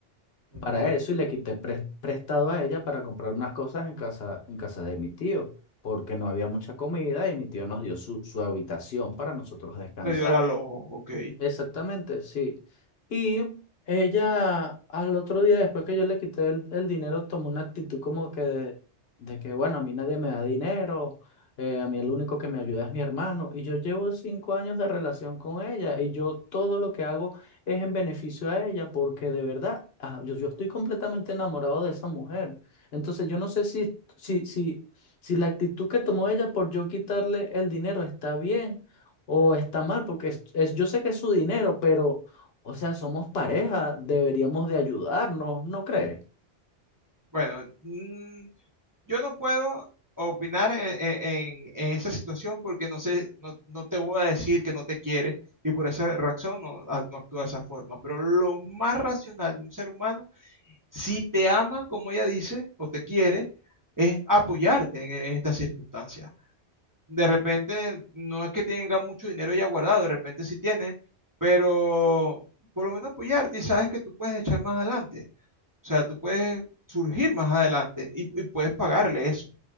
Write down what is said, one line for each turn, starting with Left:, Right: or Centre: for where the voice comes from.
Right: ok.
Left: para eso y le quité pres- prestado a ella para comprar unas cosas en casa, en casa de mi tío, porque no había mucha comida y mi tío nos dio su, su habitación para nosotros descansar.
Right: Le dio al alojo, ok.
Left: Exactamente, sí. Y ella al otro día, después que yo le quité el, el dinero, tomó una actitud como que de, de que, bueno, a mí nadie me da dinero, eh, a mí el único que me ayuda es mi hermano. Y yo llevo cinco años de relación con ella y yo todo lo que hago es en beneficio a ella porque de verdad, ah, yo, yo estoy completamente enamorado de esa mujer. Entonces yo no sé si, si, si, si la actitud que tomó ella por yo quitarle el dinero está bien o está mal, porque es, es- yo sé que es su dinero, pero, o sea, somos pareja, deberíamos de ayudarnos, ¿no crees?
Right: Bueno, mm, yo no puedo opinar en, en- en esa situación porque no sé, no, no te voy a decir que no te quiere y por esa razón no, a- no actúa de esa forma. Pero lo más racional de un ser humano, si te ama como ella dice o te quiere, es apoyarte en, en estas circunstancias. De repente, no es que tenga mucho dinero ya guardado, de repente sí tiene, pero por lo menos apoyarte y sabes que tú puedes echar más adelante. O sea, tú puedes surgir más adelante y, y puedes pagarle eso.